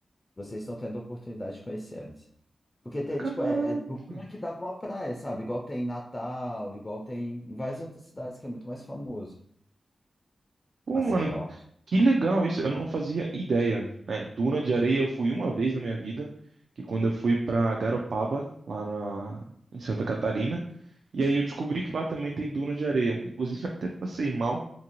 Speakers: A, on the left (about 25°); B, on the right (about 70°).
A: Vocês estão tendo a oportunidade de conhecer antes. Porque tem,
B: Caraca!
A: tipo, é, é duna que dá pra uma praia, sabe? Igual tem em Natal, igual tem em várias outras cidades que é muito mais famoso.
B: Pô,
A: Maceió.
B: mano, que legal isso, eu não fazia ideia, né? Duna de areia eu fui uma vez na minha vida, que quando eu fui pra Garopaba, lá na... em Santa Catarina, E aí eu descobri que lá também tem dunas de areia. Inclusive, até passei mal,